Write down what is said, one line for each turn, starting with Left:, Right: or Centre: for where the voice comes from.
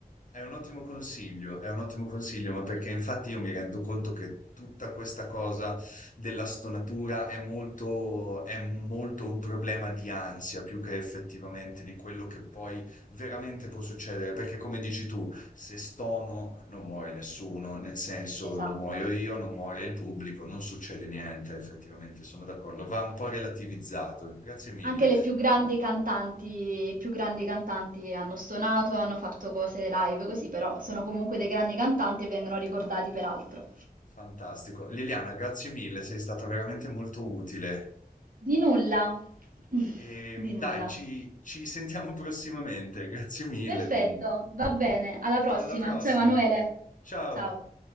Left: È un ottimo consiglio, è un ottimo consiglio, ma perché infatti io mi rendo conto che tutta questa cosa della stonatura è molto, è molto un problema di ansia più che effettivamente di quello che poi veramente può succedere. Perché come dici tu, se stono non muore nessuno, nel senso
Right: Esatto.
Left: non muoio io, non muore il pubblico, non succede niente, effettivamente sono d'accordo. Va un po' relativizzato. Grazie mille,
Right: Anche le più grandi cantanti, i più grandi cantanti hanno stonato, hanno fatto cose live così, però sono comunque dei grandi cantanti e vengono ricordati per altro.
Left: fantastico. Liliana, grazie mille, sei stata veramente molto utile.
Right: Di nulla, <laughs>
Left: E
Right: di nulla.
Left: dai, ci, ci sentiamo <laughs> prossimamente. Grazie mille
Right: Perfetto,
Left: comunque.
Right: va bene, alla prossima.
Left: Alla prossima.
Right: Ciao Emanuele.
Left: Ciao.
Right: Ciao.